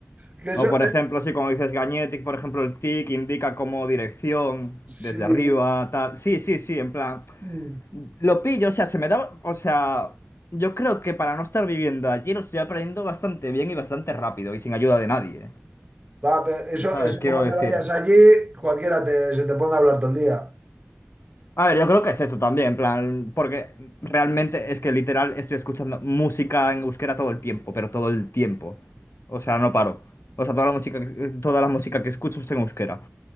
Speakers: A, on the right (about 30°); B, on the left (about 65°).
A: que eso,
B: O por
A: eh,
B: ejemplo, sí, como dices Gañetic, por ejemplo, el tic indica como dirección
A: sí.
B: desde arriba, tal. Sí, sí, sí, en plan.
A: Mm.
B: Lo pillo, o sea, se me da, o sea, yo creo que para no estar viviendo allí lo estoy aprendiendo bastante bien y bastante rápido y sin ayuda de nadie,
A: Va, pero eso,
B: ¿sabes?
A: eso
B: Quiero
A: como te
B: decir.
A: vayas allí, cualquiera te, se te pone a hablar todo el día.
B: A ver, yo creo que es eso también, en plan, porque realmente es que literal estoy escuchando música en euskera todo el tiempo, pero todo el tiempo. O sea, no paro. O sea, toda la música, que- toda la música que escucho es en euskera.